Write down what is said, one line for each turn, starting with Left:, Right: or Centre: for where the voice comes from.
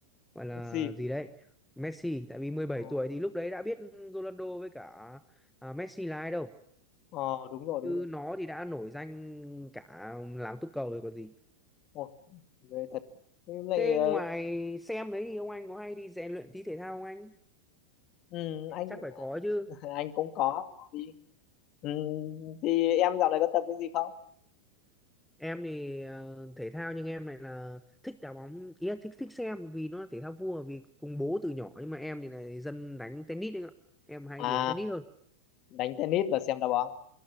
Centre: gọi là
Left: gì?
Centre: gì đấy Messi tại vì mười bảy
Left: ờ,
Centre: tuổi thì lúc đấy đã biết Ronaldo với cả à, Messi là ai đâu
Left: ờ, đúng rồi
Centre: chứ
Left: đúng rồi
Centre: nó thì đã nổi danh cả làng túc cầu rồi còn gì
Left: Ồ, về thật nhưng lại
Centre: thế
Left: ờ,
Centre: ngoài xem đấy thì ông anh có hay đi rèn luyện tí thể thao không anh
Left: ừ, anh
Centre: chắc phải có chứ
Left: <laughs> anh cũng có, có đi ừ, thì em dạo này có tập cái gì không
Centre: em thì ờ, thể thao nhưng em này là thích đá bóng ý là thích thích xem vì nó là thể thao vua vì cùng bố từ nhỏ nhưng mà em thì này dân đánh tennis đấy ạ em hay
Left: à
Centre: đi đánh tennis hơn
Left: đánh tennis và xem đá bóng